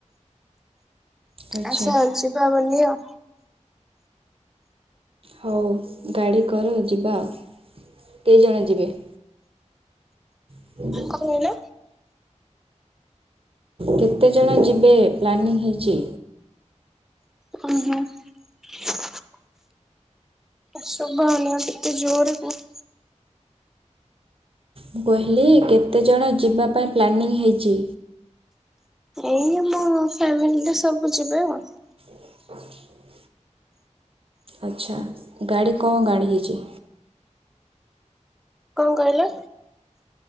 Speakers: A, on the right (about 50°); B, in the centre.
A: ଆଚ୍ଛା
B: ଆସ ଯିବା ବୁଲିଆ।
A: ହଉ ଗାଡ଼ିକର ଯିବା, କେଇଜଣ ଯିବେ? <inaudible>
B: କଣ କହିଲ?
A: କେତେଜଣ ଯିବେ ପ୍ଲାନିଂ ହେଇଚି?
B: ହଁ-ହଁ। <inaudible> ଶୁଭା ଆଉନି ଆଉ ଟିକେ ଜୋରେ କୁହ।
A: ମୁଁ କହିଲି କେତେଜଣ ଯିବା ପାଇଁ ପ୍ଲାନିଂ ହେଇଚି?
B: ଏଇ ଆମ ଫ୍ୟାମିଲିରେ ସବୁ ଯିବେ ଆଉ।
A: <inaudible> ଆଚ୍ଛା, ଗାଡ଼ି କଣ ଗାଡ଼ି ହେଇଚି?
B: କଣ କହିଲେ?